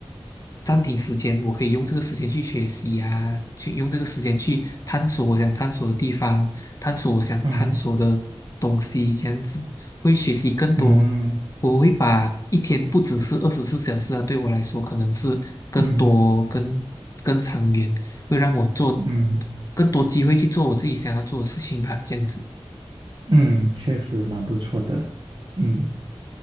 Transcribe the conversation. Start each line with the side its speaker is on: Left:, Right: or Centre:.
Left: 暂停时间，我可以用这个时间去学习啊，去用这个时间去探索我想探索的地方，探索我想探索的东西，
Right: 嗯
Left: 这样子会学习更多。
Right: 嗯嗯
Left: 我会把一天不只是二十四小时啊，对我来说可能是更多、
Right: 嗯
Left: 更更长远，会让我做
Right: 嗯，
Left: 更多机会去做我自己想要做的事情吧，这样子。
Right: 嗯确实蛮不错的。嗯。